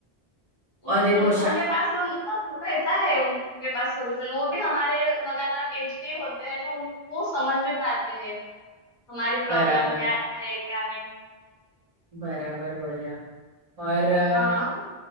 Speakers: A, on the left; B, on the right.
A: उस,
B: और देखो
A: उन,
B: शा
A: उनके पास मतलब रहता है उनके पास सोल्यूशन वो भी हमारे लगातार एज के ही होते हैं तो उन, वो समझ भी पाते हैं हमारी प्रॉब्लम
B: बराबर
A: क्या है क्या नहीं
B: बराबर बोले आप और अ,
A: हाँ